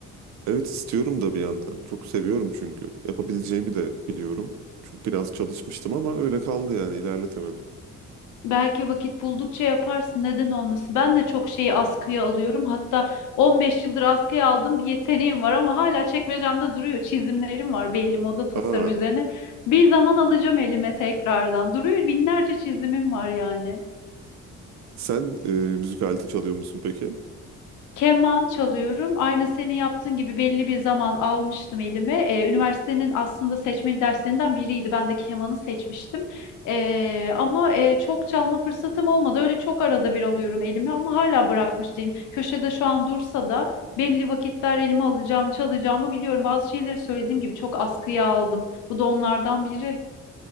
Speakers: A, on the right; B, on the left.
A: Evet istiyorum da bir yandan. Çok seviyorum çünkü. Yapabileceğimi de biliyorum. Çünkü biraz çalışmıştım ama öyle kaldı yani ilerletemedim.
B: Belki vakit buldukça yaparsın. Neden olmasın? Ben de çok şeyi askıya alıyorum. Hatta 15 yıldır askıya aldım. Bir yeteneğim var ama hala çekmecemde duruyor. Çizimlerim var belli moda tasarım
A: Aa,
B: üzerine. Bir zaman alacağım elime tekrardan. Duruyor binlerce çizimim var yani.
A: sen e, müzik aleti çalıyor musun peki?
B: Keman çalıyorum. Aynı senin yaptığın gibi belli bir zaman almıştım elime. Ee, üniversitenin aslında seçmeli derslerinden biriydi. Ben de kemanı seçmiştim. Ee, ama e, çok çalma fırsatım olmadı. Öyle çok arada bir alıyorum elime ama hala bırakmış değilim. Köşede şu an dursa da belli vakitler elime alacağım, çalacağımı biliyorum. Bazı şeyleri söylediğim gibi çok askıya aldım. Bu da onlardan biri.